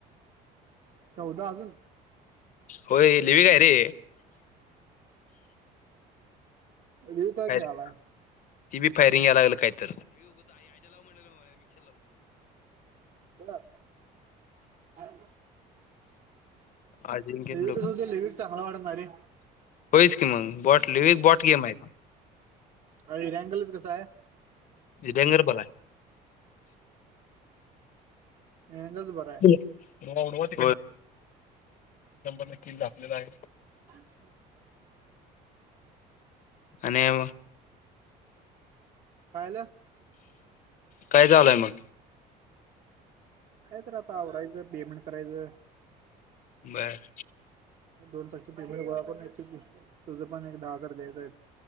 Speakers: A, on the right; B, on the left.
A: चौदा अजून
B: हो लिवी काय रे
A: यु का
B: फायर-
A: ख हल
B: ती फयरिंगय लालं काहीत
A: बोला हे
B: अजिंक्य लोक
A: कस होताय लेडीज चांगला वाटत नाहि रे
B: होईच की मग बॉट लिविक बॉट गेम आहे.
A: अ रँगलच कसा आहे
B: विजयगरपलाय
A: मगच बर
B: एक नंबर न किल ढापलेलं आहे.
A: आ <unintelligible>
B: आणि काय मग
A: काय झाल
B: काय चालू आहे मग
A: काय तर आता आवरायचं पेमेंट करायचं
B: बर.
A: दोन जागच पेमेंट गोळा करून येतो की तुझं पण एक दहा हजार द्यायचं आहेत.